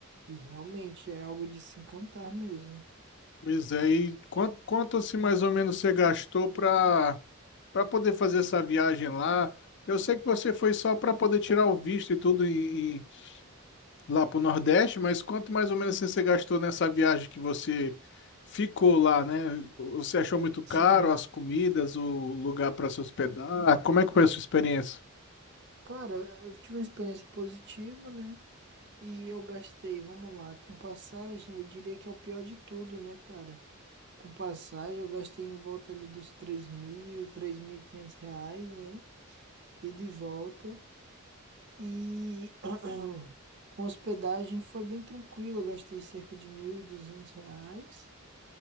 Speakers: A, on the right; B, on the left.
A: E realmente é algo de se encantar mesmo.
B: Pois é, e quanto, quanto assim mais ou menos você gastou para para poder fazer essa viagem lá? Eu sei que você foi só para poder tirar o visto e tudo em, em- lá para o Nordeste, mas quanto mais ou menos assim, você gastou nessa viagem que você ficou lá, né? Você achou muito caro
A: Sim.
B: as comidas, o lugar para se hospedar? Como é que foi a sua experiência?
A: Cara, eu tive uma experiência positiva, né? E eu gastei, vamos lá, com passagem, eu diria que é o pior de tudo, né, cara? Com passagem, eu gastei em volta ali dos três mil, 3.500 reais, né? E de volta. E <clears throat> com hospedagem foi bem tranquilo, eu gastei cerca de 1.200 reais.